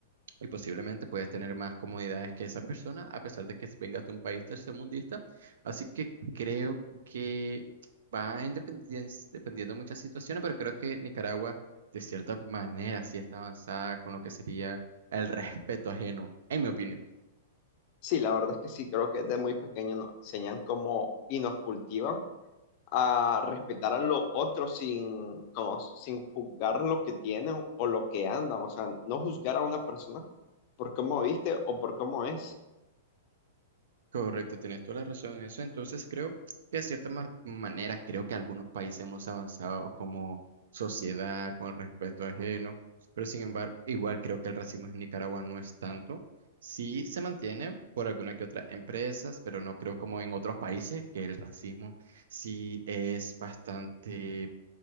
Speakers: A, on the right; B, on the left.
A: y posiblemente puedes tener más comodidades que esa persona, a pesar de que vengas de un país tercermundista. Así que creo que va en dependien- dependiendo de muchas situaciones, pero creo que Nicaragua, de cierta manera, sí está avanzada con lo que sería el respeto ajeno, en mi opinión.
B: Sí, la verdad es que sí, creo que desde muy pequeño nos enseñan cómo y nos cultivan a respetar a los otros sin, como, sin juzgar lo que tienen o lo que andan, o sea, no juzgar a una persona por cómo viste o por cómo es.
A: Correcto, tienes toda la razón en eso. Entonces creo que de cierta ma- manera creo que algunos países hemos avanzado como sociedad con el respeto ajeno, pero sin embargo, igual creo que el racismo en Nicaragua no es tanto. Sí se mantiene por algunas que otras empresas, pero no creo como en otros países que el racismo sí es bastante